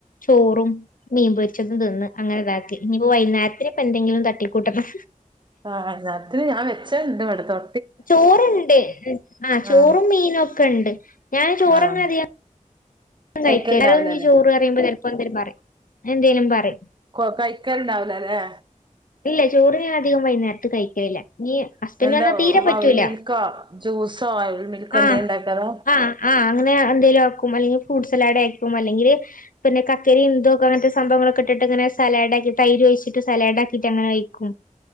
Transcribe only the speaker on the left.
ചോറും മീൻപൊരിച്ചതും തിന്ന് അങ്ങനെ ഇതാക്കി ഇനി വൈകുന്നേരത്തിന് ഇപ്പൊ എന്തെങ്കിലും തട്ടിക്കൂട്ടണം
ചോറുണ്ട് ആ ചോറും
മീനും ഒക്കെ ഉണ്ട് ഞാന് ചോറ്ങ്ങതിയാ
<unintelligible>
ചോറ് പറയുമ്പോ ചിലപ്പോ എന്തേലും പറയും എന്തെങ്കലും പറയും
ഇല്ല ചോറ് ഞാൻ അധികം വൈകുന്നേരത്ത് കഴിക്കില്ല നീ ഹസ്ബന്റ്ആണെൽ
തീരെ പറ്റൂല
ആഹ
ആ ആ അങ്ങനെയ എന്തേലും ആക്കും അല്ലെങ്കിൽ ഫ്രൂട്ട് സലാഡ് ആക്കും അല്ലെങ്കിൽ പിന്നെ കക്കരി എന്തോക്കെ അങ്ങനത്തെ സംവങ്ങളൊക്കെ ഇട്ട് ഇങ്ങനെ സലാഡ് ആക്കി തൈര് ഒഴിച്ചി് സലാഡ് ആക്കിയി്ട്ടങ്ങെനെ കഴിക്കും